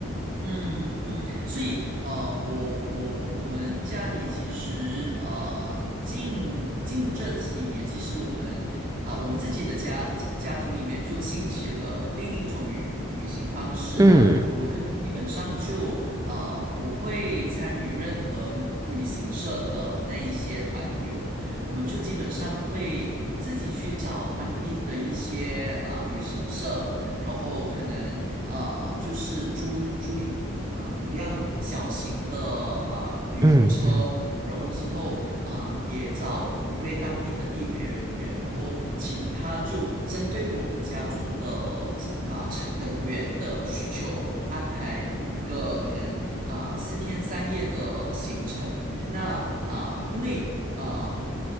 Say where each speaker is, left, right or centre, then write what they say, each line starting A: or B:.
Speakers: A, on the right; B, on the right.
A: 嗯嗯，所以呃，我我我们家里其实呃，近近这几年，其实我们啊、我们自己的家家家庭里面就兴起了另一种旅旅行方式。
B: 嗯
A: 那我们可能基本上就啊，不会参与任何旅行社的那一些团游，我们就基本上会自己去找当地的一些啊、旅行社。然后可能呃，就是租租一啊、一辆小型的啊、旅游车，
B: 嗯嗯，
A: 然后之后啊、也找一位当地的地陪人员，然后请他就针对我们家中的啊、成员的需求安排一个可能啊、四天三夜的行程。那啊、因为啊、